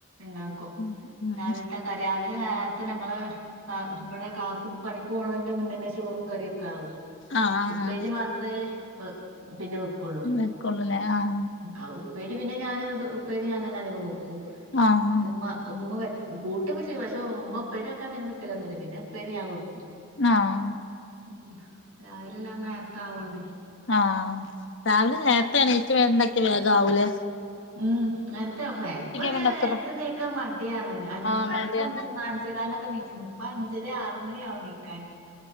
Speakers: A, on the right (about 85°); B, on the left (about 60°).
A: ണ്ടാക്കും
B: ഉം ഉം
A: രാവിലത്തെ നേരത്തെ ഞങ്ങള് ഇവിടെ കാക്കു പണിക്ക് പോണതിന്റെ മുന്നന്നെ ചോറും കറിയൊക്കെ ആകും.
B: ആഹ്
A: ഉപ്പേരി
B: ആഹ്
A: മാത്രേ വോ പിന്നെ വെക്കൊള്ളൂ.
B: വെക്കുള്ളൂല്ലേ ആഹ്
A: ആഔ ഉപ്പേരി പിന്നെ ഞാൻ ഉപ്പേരി ഞാൻ തന്നെ അധികം വെക്കും.
B: ആഹ്
A: ഉമ്മ ഉമ്മ കൂട്ടൊക്കെ ചെയ്യും പക്ഷേ ഉമ്മ ഉപ്പേരി വെക്കാൻ പിന്നെനിക്കലൊന്നുല പിന്നെ ഉപ്പേരി ഞാൻ വെക്കും.
B: ആഹ്
A: ഉ രാവിലെല്ലാം നേർത്തെ ആാവോണ്ടേ
B: ആഹ രാവിലെ നേരത്തെ എണീറ്റ് വേണ്ടാക്കിയ വേഗാവൂലേ.
A: ഉം നേരത്തെ ഇപ്പ നേരത്തെ
B: പിന്നെ ഒക്കെ ഇതാ
A: നീക്കാൻ മടിയാണ്.
B: ആഹ്
A: മറ്റേത്
B: മടിയാ
A: അഞ്ച് അഞ്ച് കാല്ക്കെ നീച്ചിന്നു ഇപ്പൊ അഞ്ചര ആറ് മണിയാവും നീക്കാൻ